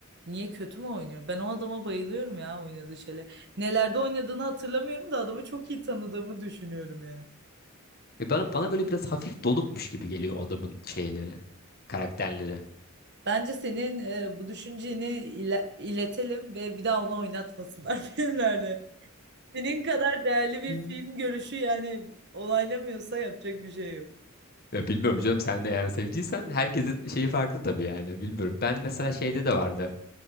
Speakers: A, on the right (about 55°); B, on the left (about 45°).
A: Niye kötü mü oynuyor? Ben o adama bayılıyorum ya oynadığı şeyle. Nelerde oynadığını hatırlamıyorum da adamı çok iyi tanıdığımı düşünüyorum yani.
B: E bana, bana böyle biraz hafif donukmuş gibi geliyor o adamın şeyleri, karakterleri.
A: Bence senin e, bu düşünceni ile- iletelim ve bir daha onu oynatmasınlar <laughs> filmlerde. Senin kadar değerli bir
B: Hmm.
A: film görüşü yani olaylamıyorsa yapacak bir şey yok.
B: Ya bilmiyorum canım sen de eğer sevdiysen herkesin şeyi farklı tabii yani bilmiyorum. Ben mesela şeyde de vardı.